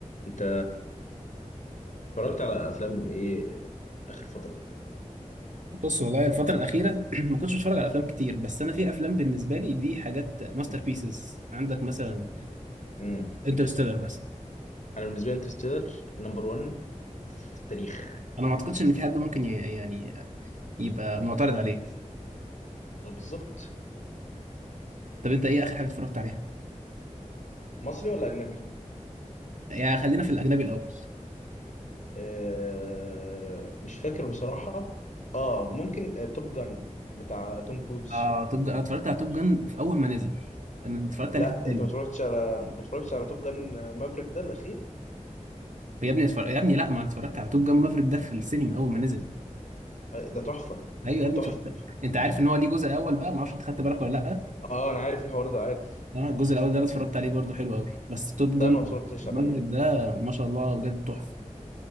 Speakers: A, on the left; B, on the right.
A: انت اتفرجت على افلام ايه اخر فتره
B: بص والله الفترة الأخيرة <clears throat> ما كنتش بتفرج على أفلام كتير بس أنا في أفلام بالنسبة لي دي حاجات ماستر بيسز عندك مثلا
A: امم
B: انترستيلر بس
A: انا بالنسبه لي انترستيلر نمبر 1 في التاريخ
B: أنا ما أعتقدش إن في حد ممكن ي- يعني يبقى معترض عليه
A: أو بالظبط
B: طب أنت إيه آخر حاجة اتفرجت عليها؟
A: مصري ولا اجنبي
B: يعني خلينا في الأجنبي الأول
A: آه مش فاكر بصراحه اه ممكن آه، توب جن بتاع توم كروز
B: آه توب جان أنا اتفرجت على توب جان في أول ما نزل أنا اتفرجت عليه
A: لا
B: في السينما
A: انت ما اتفرجتش على ما اتفرجتش على توب جن آه، مافريك ده الاخير
B: يا ابني اتفرج... يا ابني لا ما أنا اتفرجت على توب جان مافريك ده في السينما أول ما نزل
A: آه، ده تحفه
B: أيوه يا ابني
A: تحفه
B: اتفرجت أنت عارف إن هو ليه جزء أول بقى ما أعرفش أنت خدت بالك ولا لأ
A: اه انا عارف الحوار ده عارف
B: انا الجزء الاول ده انا اتفرجت عليه برضو حلو قوي بس توب
A: ده
B: جان
A: انا ما اتفرجتش
B: مافريك
A: عليه
B: ده ما شاء الله بجد تحفه